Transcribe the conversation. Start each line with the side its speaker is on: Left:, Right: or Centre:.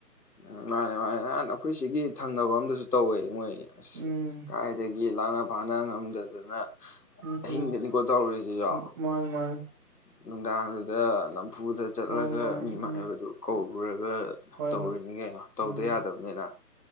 Left: ꯃꯥꯅꯦ ꯃꯥꯅꯦ ꯅꯍꯥꯟ ꯑꯩꯈꯣꯏ ꯁꯤꯒꯤ ꯊꯪꯅꯕ ꯑꯝꯗꯁꯨ ꯇꯧꯋꯦ ꯃꯣꯏ ꯑꯁ
Right: ꯎꯝ
Left: ꯀꯥꯏꯗꯒꯤ ꯂꯥꯛꯅ ꯐꯥꯅ ꯉꯝꯗꯗꯅ
Right: ꯎꯝ
Left: ꯑꯍꯤꯡꯗꯅꯤꯀꯣ ꯇꯧꯔꯤꯁꯤꯖꯨ
Right: ꯎꯝ ꯃꯥꯅꯤ ꯃꯥꯅꯤ
Left: ꯅꯨꯡꯗꯥꯡꯗꯨꯗ ꯂꯝ ꯐꯨꯗ ꯆꯠꯂꯒ
Right: ꯃꯥꯅꯤ ꯃꯥꯅꯤ
Left: ꯃꯤ
Right: ꯎꯝ
Left: ꯃꯥꯏꯕꯗꯨ ꯀꯧ ꯄꯨꯔꯒ
Right: ꯍꯣꯏ
Left: ꯇꯧꯔꯤꯅꯤ
Right: ꯍꯣꯏ
Left: ꯀꯩꯅꯣ ꯇꯧꯗ
Right: ꯎꯝ
Left: ꯌꯥꯗꯕꯅꯤꯅ